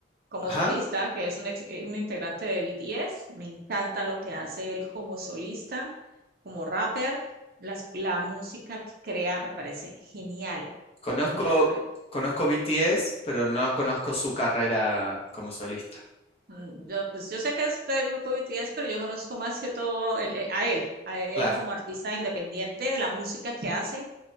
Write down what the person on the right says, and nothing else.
como
solista, que es un, ex- eh, un integrante de BTS. Me encanta lo que hace él como solista, como rapper. Las, la música que crea me parece genial,
genial me parece.
Mm, Yo, pues yo sé que es del grupo BTS, pero yo conozco más que todo el- eh, a él, a él
como artista independiente de la música que hace